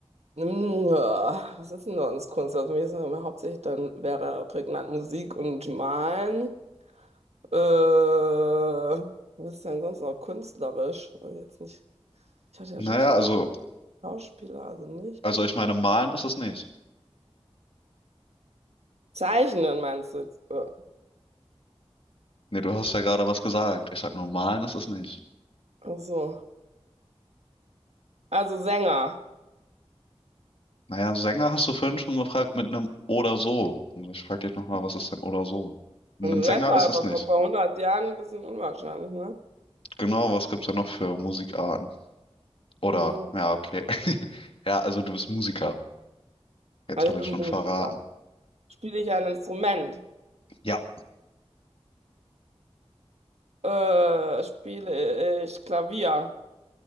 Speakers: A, on the right; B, on the left.
A: Hm, ja, Was ist denn sonst Kunst? Also für mich ist das immer hauptsächlich dann wäre prägnant Musik und Malen. Äh, was ist denn sonst noch künstlerisch? Also jetzt nicht. Ich hatte ja
B: Naja,
A: schon The
B: also,
A: Schauspieler, also nicht.
B: also ich meine, malen ist es nicht.
A: Zeichnen meinst du jetzt? Äh,
B: Nee, du hast ja gerade was gesagt. Ich sag nur, malen ist es nicht.
A: Ach so. Also Sänger.
B: Naja, Sänger hast du vorhin schon gefragt mit einem oder so. Und ich frage dich nochmal, was ist denn oder so? Ein
A: Ein Rapper,
B: Sänger ist
A: aber
B: es nicht.
A: von vor hundert Jahren ein bisschen unwahrscheinlich, ne?
B: Genau, was gibt's denn noch für Musikarten? Oder,
A: Ähm,
B: ja, okay. <laughs> Ja, also du bist Musiker. Jetzt
A: Also
B: habe ich
A: ich
B: schon
A: bin
B: verraten.
A: Musiker. Spiele ich ein Instrument?
B: Ja,
A: Äh, spiele ich Klavier?